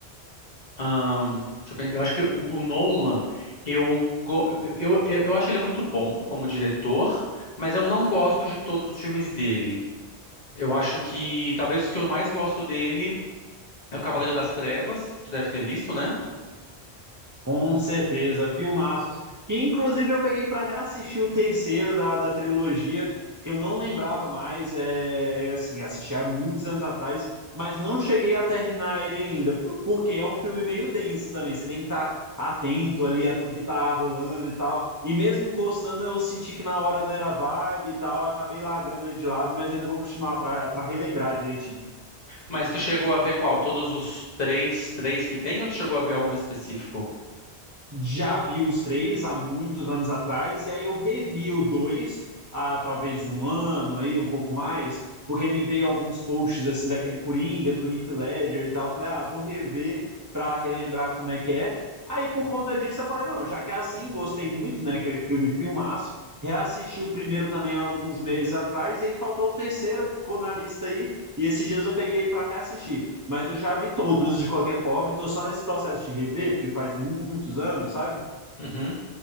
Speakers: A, on the left; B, on the right.
A: ahn, deixa eu, pensar, eu acho que o, o Nolan, eu, go- eu, eu, eu acho ele muito bom como diretor, mas eu não gosto de todos os filmes dele. Eu acho que talvez os que eu mais gosto dele é o Cavaleiro das Trevas, tu deve ter visto, né?
B: Com certeza, filmaços. Que inclusive eu peguei para reassistir o terceiro da, da trilogia, que eu não lembrava mais, é, assim, assisti há muitos anos atrás, mas não cheguei a terminar ele ainda, p- porque é um filme meio denso também, você tem que estar atento ali a tudo que tá rolando e tal. E mesmo gostando, eu senti que na hora não era vibe e tal, acabei largando ele de lado, mas ainda vou continuar para relembrar direitinho.
A: Mas tu chegou a ver qual? Todos os três, três que tem, ou tu chegou a ver algum específico?
B: já vi os três há muitos anos atrás, e aí eu revi o dois há talvez um ano aí, um pouco mais, porque me veio alguns posts assim daquele Coringa, do Heath Ledger e tal. Eu falei, ah, vou rever para relembrar como é que é. Aí por conta disso eu falei, não, já que é assim, gostei muito, né, aquele filme filmaço. Reassisti o primeiro também há alguns meses atrás, e aí faltou o terceiro que ficou na lista aí, e esses dias eu peguei ele para reassistir. Mas eu já vi todos de qualquer forma, e tô só nesse processo de rever, porque faz muitos anos, sabe?
A: Uhum.